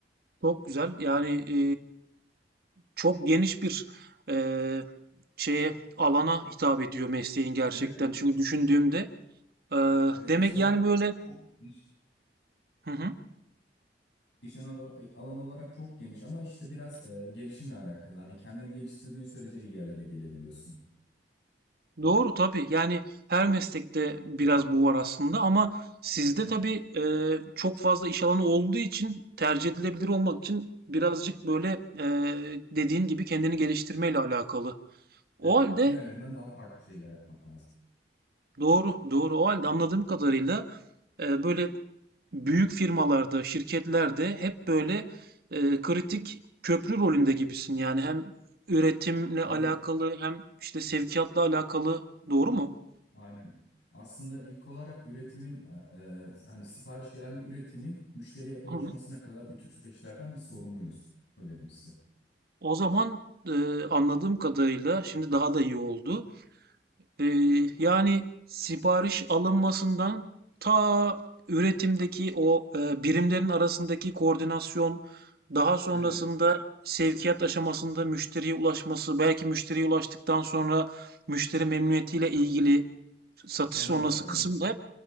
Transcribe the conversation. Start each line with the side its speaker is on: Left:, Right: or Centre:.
Right: Çok güzel. Yani e, Çok geniş bir, eee, şeye, alana hitap ediyor mesleğin gerçekten.
Left: Evet,
Right: Çünkü düşündüğümde, eee,
Left: Evet
Right: demek
Left: iş alanı
Right: yani
Left: olarak
Right: böyle
Left: çok geniş.
Right: Hı hı.
Left: İş alanı alanı olarak çok geniş ama işte biraz e, gelişimle alakalı. Hani kendini geliştirdiğin sürece iyi yerlere gelebiliyorsun.
Right: Doğru tabii. Yani her meslekte biraz bu var aslında ama sizde
Left: Evet,
Right: tabii, eee, çok fazla iş alanı olduğu için tercih edilebilir olmak için birazcık böyle, eee, dediğin gibi kendini geliştirmeyle alakalı. O
Left: evet.
Right: halde
Left: Diğerlerinden daha farklı şeyler yapmak lazım.
Right: doğru, doğru. O halde anladığım kadarıyla Eee, böyle büyük firmalarda, şirketlerde hep böyle eee, kritik köprü rolünde gibisin. Yani hem üretimle
Left: Evet,
Right: alakalı hem işte sevkiyatla alakalı doğru mu?
Left: aynen. Aslında ilk olarak üretimin e, e, hani sipariş gelen bir üretimin müşteriye ulaşmasına
Right: Hı hı.
Left: kadar bütün süreçlerden bir sorumluyuz. Öyle diyeyim size.
Right: O zaman eee, anladığım kadarıyla şimdi daha da iyi oldu. Ee, yani sipariş alınmasından ta üretimdeki o e, birimlerin arasındaki koordinasyon, daha sonrasında
Left: Evet,
Right: sevkiyat aşamasında müşteriye ulaşması, belki müşteriye ulaştıktan sonra müşteri memnuniyetiyle ilgili satış
Left: tam
Right: sonrası
Left: olarak öyle.
Right: kısım da hep